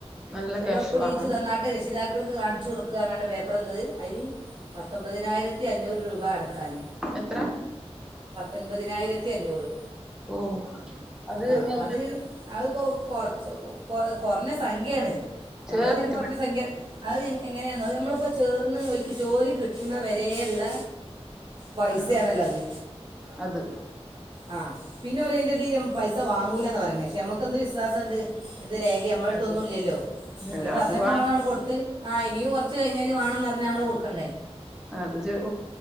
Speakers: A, in the centre; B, on the right.
A: നല്ല
B: അവരോടെ
A: ക്യാഷ്
B: ഒപ്പിടിച്ച്
A: വാങ്ങണം
B: തന്നാട്ട് രക്ഷിതാക്കൾക്ക് കാണിച്ചു കൊടു ട്ട് പേപ്പർ തന്നത് അതിൽ പത്തൊമ്പതിനായിരത്തി അഞ്ഞൂറ് രൂപ പ അടക്കാൻ
A: എത്ര
B: പത്തൊൻപതിനായിരത്തി അഞ്ഞൂറ്.
A: ഓ അത്
B: ആ
A: എങ്ങനെ
B: അത് അത് കൊ കൊറച്ച് കൊ കുറഞ്ഞ സംഖ്യാണ്
A: ചേർന്നിട്ട്
B: നമ്മളതില് കുറഞ്ഞ
A: പഠിക്ക
B: സംഖ്യ. അത് എങ്ങനെ എന്നോ നമ്മളിപ്പോൾ ചേർന്ന് ഒല്ക്ക് ജോലി കിട്ടുന്നവരെയ ഉള്ള. പൈസയാണല്ലോ
A: ആഹ്
B: അത്
A: അത്
B: ആഹ് പിന്നെ ഓൽ അയ്ന്റെ പൈസ വാങ്ങൂലന്ന പറയേ പക്ഷെ നമുക്ക എന്ത് വിശ്വാസംണ്ട്. എന്ത് രേഖ നമ്മള് അടുത്തൊന്നും
A: അത്
B: ഇല്ലല്ലോ
A: ഇല്ല
B: ഓൽ പറഞ്ഞപ്പ
A: അത് വാങ്ങി
B: നമ്മളാണ്ട് കൊടുത്ത്. ആഹ് ഇനും കുറച്ച് കഴിഞ്ഞാല് വേണംന്ന് പറഞ്ഞാൽ നമ്മള് കൊടുക്കണ്ടേ?
A: അത് ചെ <unintelligible>